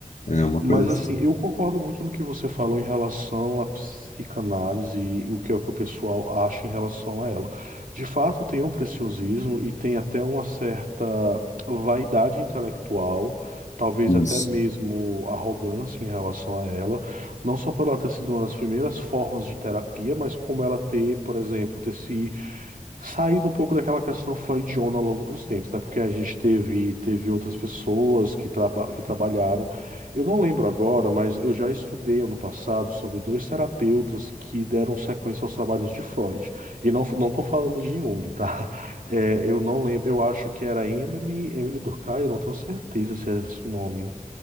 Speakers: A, on the left; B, on the right.
A: É uma
B: Mas
A: coisa assim.
B: assim, eu concordo muito no que você falou em relação à psicanálise e o que é que o pessoal acha em relação a ela. De fato, tem um preciosismo e tem até uma certa vaidade intelectual, talvez
A: Isso.
B: até mesmo arrogância em relação a ela, não só por ela ter sido uma das primeiras formas de terapia, mas como ela ter, por exemplo, ter se Saindo um pouco daquela questão freudiana ao longo dos tempos, né? Porque a gente teve, teve outras pessoas que, traba que trabalharam. Eu não lembro agora, mas eu já estudei ano passado sobre dois terapeutas que deram sequência aos trabalhos de Freud. E não, não tô falando de Jung, <laughs> tá? É, eu não lembro, eu acho que era Emily, Emily Durkheim, eu não tenho certeza se é esse o nome.